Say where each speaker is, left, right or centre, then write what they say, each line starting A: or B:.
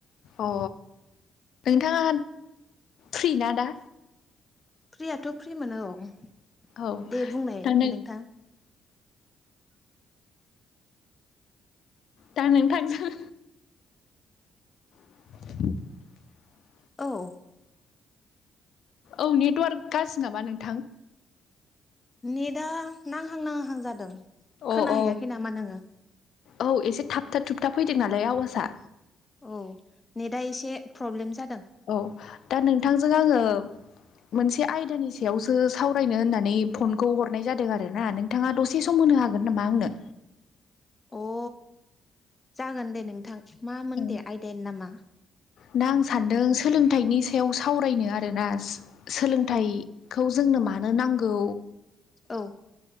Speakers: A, on the left; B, on the left.
A: अ नोंथाङा फ्रि ना दा?
B: फ्रियाथ' फ्रि मोनो औ
A: औ
B: दे बुंनाय
A: दा नों
B: नोंथां।
A: दा नोंथांजों <inaudible>
B: औ‌।
A: औ नेटवार्क गाज्रि नामा नोंथां
B: नेदा नांहां नांहां जादों।
A: अ
B: खोनाहैयाखै
A: अ
B: नामा नोङो?
A: औ एसे थाबथा थुबथाब फैदों नालाय आवासआ।
B: औ नेटआ एसे प्रब्लेम जादों।
A: औ दा नोंथांजों आङो मोनसे आयदानि सायावसो सावरायनो होननानै फनखौ हरनाय जादों आरोना नोंथाङा दसे सम होनो हागोन नामा आंनो?
B: अ जागोन दे नोंथां। मामोन
A: औ
B: दे आयदायानो नामा?
A: दा आं सानदों सोलोंथाइनि सायाव सावरायनो आरोना सोलोंथाइखौ
B: औ
A: जोंनो मानो नांगौ
B: औ।